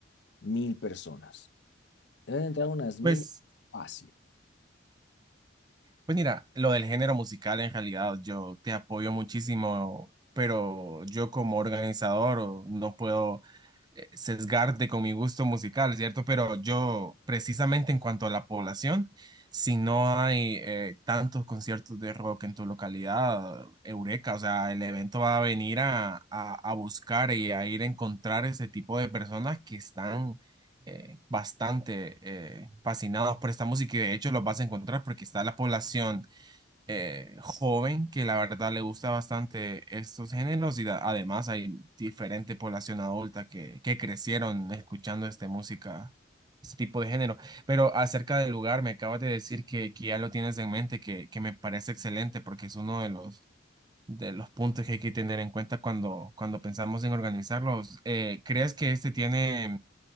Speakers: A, on the left; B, on the right.
A: mil personas. Deben entrar unas mil
B: Pues,
A: fácil.
B: pues mira, lo del género musical en realidad yo te apoyo muchísimo, pero yo como organizador no puedo eh, sesgarte con mi gusto musical, ¿cierto? Pero yo, precisamente en cuanto a la población, si no hay eh, tantos conciertos de rock en tu localidad, eureka, o sea, el evento va a venir a, a- a buscar y a ir a encontrar ese tipo de personas que están eh, bastante eh, fascinados por esta música y de hecho los vas a encontrar porque está la población eh, joven que la verdad le gusta bastante estos géneros y a- además hay diferente población adulta que, que crecieron escuchando esta música, este tipo de género. Pero acerca del lugar, me acabas de decir que, que ya lo tienes en mente, que, que me parece excelente porque es uno de los, de los puntos que hay que tener en cuenta cuando, cuando pensamos en organizarlos. Eh, ¿crees que este tiene